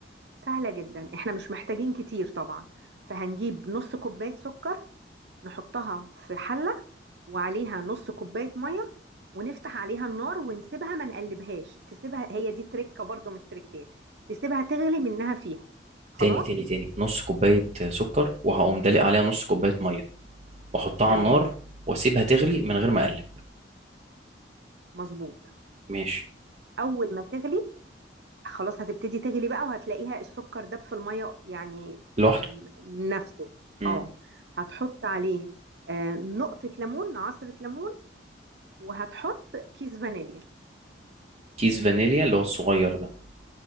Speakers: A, on the right (about 65°); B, on the right (about 40°).
A: سهلة جدا احنا مش محتاجين كتير طبعا فهنجيب نص كوباية سكر نحطها في حلة وعليها نص كوباية مية ونفتح عليها النار ونسيبها ما نقلبهاش تسيبها هي دي تركة برضو من التركات تسيبها تغلي منها فيها خلاص
B: تاني تاني تاني نص كوبايه سكر وهقوم دلق عليها نص كوبايه ميه واحطها
A: تمام
B: على النار واسيبها تغلي من غير ما اقلب
A: مظبوط
B: ماشي
A: أول ما تغلي خلاص هتبتدي تغلي بقى وهتلاقيها السكر داب في المية يعني
B: لوحده
A: م- من نفسه
B: مم.
A: اه هتحط عليه آه، نقطة ليمون عصرة ليمون وهتحط كيس فانيليا
B: كيس فانيليا اللي هو الصغير ده